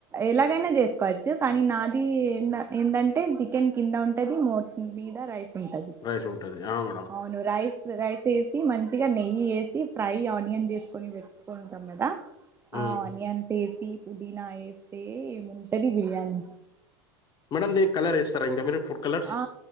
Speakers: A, on the right; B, on the left.
A: ఎలాగైనా చేసుకోవచ్చు కానీ నాది ఎంద ఏంటంటే చికెన్ కింద ఉంటది మో మీదా రైస్ ఉంటది
B: రైస్ ఉంటుంది మేడం
A: అవును రైస్ రైస్ వేసి మంచిగా నెయ్యి వేసి ఫ్రై ఆనియన్ చేసుకొని పెట్టుకుంటాం కదా
B: హ్మ్.
A: ఆ ఆనియన్స్ ఏసి పుదీనా ఎస్తే ఉంటది బిర్యానీ
B: మేడమ్ మీరు కలర్ ఏస్తారా ఇంగ మీరు ఫుడ్ కలర్స్
A: ఆ